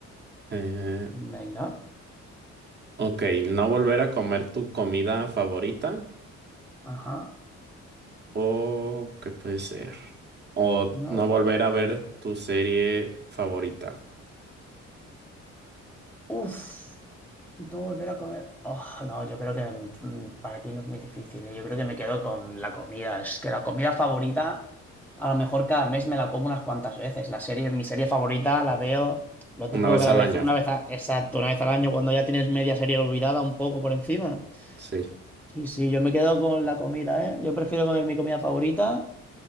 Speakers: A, on the right (about 35°); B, in the centre.
A: Eh,
B: Venga.
A: ok, no volver a comer tu comida favorita
B: Ajá.
A: o ¿qué puede ser? O
B: No.
A: no volver a ver tu serie favorita.
B: Uf. No volver a comer. Oh, no, yo creo que mm, para ti no es muy difícil. ¿eh? Yo creo que me quedo con la comida. Es que la comida favorita, a lo mejor cada mes me la como unas cuantas veces. La serie, mi serie favorita la veo, lo
A: Una
B: típico
A: vez
B: que la
A: al
B: vez,
A: año,
B: una vez, a- exacto, una vez al año, cuando ya tienes media serie olvidada un poco por encima.
A: sí.
B: Sí, sí, yo me quedo con la comida, ¿eh? Yo prefiero comer mi comida favorita.